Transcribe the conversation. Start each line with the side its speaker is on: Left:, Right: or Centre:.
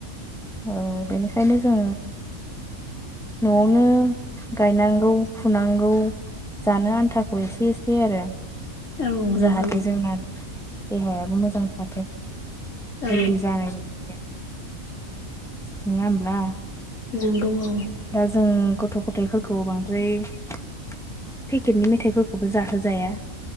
Centre: औ बेनिखायनो जों। न'आवनो गायनांगौ-फुनांगौ। जानो आन्थाखौ एसे-एसे आरो।
Left: औ नंगौ।
Centre: जाहाथे जोंना देहायाबो मोजां थाथों
Left: औ
Centre: हेलदि जानाय बायदि। नोङा होमब्ला?
Left: नोंगौ ओ।
Centre: दा जों। गथ'-गथायाइफोरखौ बांद्राय पेकेटनि मेथाइफोरखौबो जाहोजाया।